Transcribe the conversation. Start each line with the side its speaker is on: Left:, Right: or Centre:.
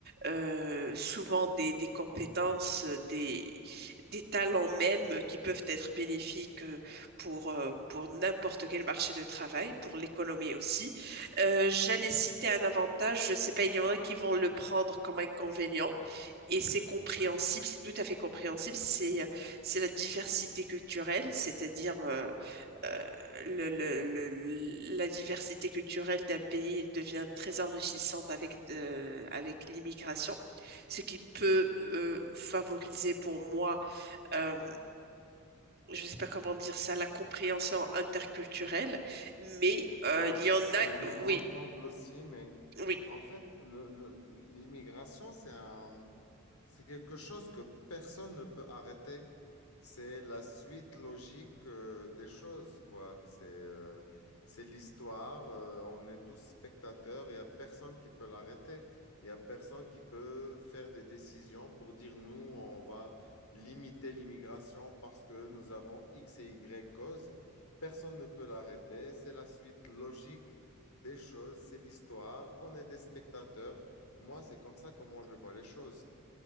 Right: euh, souvent des, des compétences, euh, des, des talents même euh, qui peuvent être bénéfiques euh, pour, euh, pour n'importe quel marché de travail, pour l'économie aussi. Euh, j'allais citer un avantage, je sais pas, il y en a qui vont le prendre comme inconvénient. Et c'est compréhensible, c'est tout à fait compréhensible, c'est euh, c'est la diversité culturelle, c'est-à-dire euh, euh, le- le- le- la diversité culturelle d'un pays devient très enrichissante avec, euh, avec l'immigration, ce qui peut euh, favoriser pour moi, euh, je ne sais pas comment dire ça, la compréhension interculturelle, mais
Left: C'est ça,
Right: euh, il
Left: c'est
Right: y en
Left: ça.
Right: a,
Left: Le vivre
Right: oui,
Left: ensemble aussi, mais
Right: oui,
Left: en fait, le, le- l'immigration, c'est un, c'est quelque chose que personne ne peut arrêter. C'est la suite logique euh, des choses, quoi. C'est euh, c'est l'histoire. euh, on est tous spectateurs. Il n'y a personne qui peut l'arrêter. Il n'y a personne qui peut faire des décisions pour dire, nous, on va limiter l'immigration parce que nous avons X et Y causes. Personne ne peut l'arrêter. C'est la suite logique des choses. C'est l'histoire. On est des spectateurs. Moi, c'est comme ça comment je vois les choses.